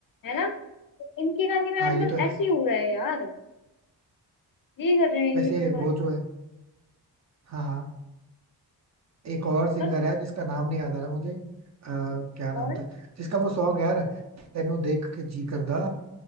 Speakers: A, on the left; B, on the right.
A: है ना तो इनके गाने में
B: हाँ
A: आजकल
B: ये तो है
A: ऐसे ही हो रहा है यार यही कर रहे हैं
B: वैसे
A: ये लोग
B: वो
A: आजकल
B: जो है हाँ हाँ एक और सिंगर
A: बस
B: है जिसका नाम नहीं याद आ रहा मुझे आ, क्या
A: कौन
B: नाम था जिसका वो सॉन्ग है यार तेनू देख के जी करदा